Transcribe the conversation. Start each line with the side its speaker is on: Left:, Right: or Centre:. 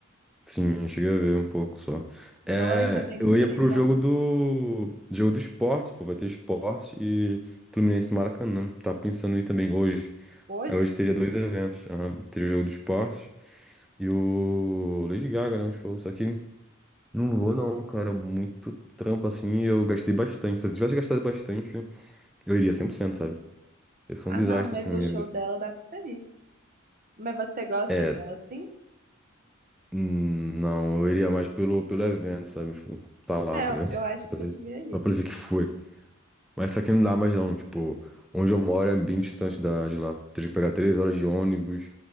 Centre: sim, eu cheguei a ver um pouco só.
Right: Nós
Centre: É,
Right: já tem
Centre: eu
Right: muita
Centre: ia
Right: gente
Centre: pro
Right: lá
Centre: jogo
Right: com-
Centre: do. Jogo do esporte, pô, vai ter esporte e Fluminense e Maracanã. Tá pensando em ir também hoje.
Right: hoje.
Centre: Aí Hoje teria dois eventos. aham, Teria o jogo do esporte. E o Lady Gaga, né? Um show. Só que não vou, não, cara. Muito trampo assim. e Eu gastei bastante. Se eu tivesse gastado bastante, eu iria cem por cento sabe? Eu sou
Right: Ah,
Centre: um desastre
Right: não, mas
Centre: assim na
Right: o
Centre: minha
Right: show
Centre: vida.
Right: dela dá pra você ir. Mas você gosta
Centre: É,
Right: dela sim?
Centre: hum, não, eu iria mais pelo, pelo evento, sabe? Tipo, tá lá,
Right: É,
Centre: tá
Right: eu
Centre: ligado?
Right: eu
Centre: Só
Right: acho que
Centre: pra
Right: você
Centre: dizer
Right: devia ir.
Centre: só pra que foi. Mas só que não dá mais, não. Tipo, onde eu moro é bem distante da, de lá. Teria que pegar três horas de ônibus.